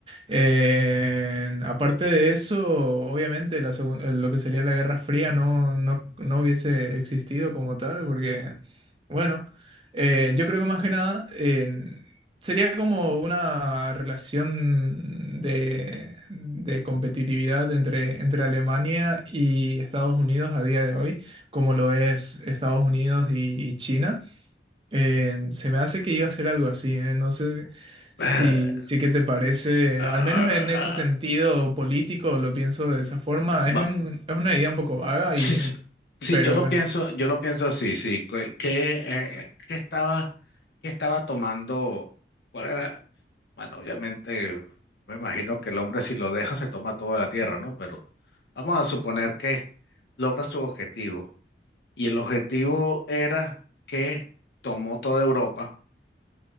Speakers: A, on the right; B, on the left.
A: Eh, aparte de eso, obviamente la segun- eh, lo que sería la Guerra Fría no, no, no hubiese existido como tal, porque, bueno, eh, yo creo que más que nada eh, sería como una relación de, de competitividad entre, entre Alemania y Estados Unidos a día de hoy, como lo es Estados Unidos y y China. Eh, se me hace que iba a ser algo así, eh, No sé si,
B: <sighs>
A: si qué te parece,
B: Ah,
A: al menos en ese
B: ah,
A: sentido político lo pienso de esa forma. Es
B: Va,
A: un- es una idea un poco vaga
B: sí,
A: y,
B: sí, sí,
A: pero
B: yo lo
A: bueno.
B: pienso, yo lo pienso así, sí. ¿Qué, qué, eh, qué estaba, qué estaba tomando? ¿Cuál era? Bueno, obviamente, me imagino que el hombre si lo deja se toma toda la tierra, ¿no? Pero vamos a suponer que logra su objetivo Y el objetivo era que tomó toda Europa.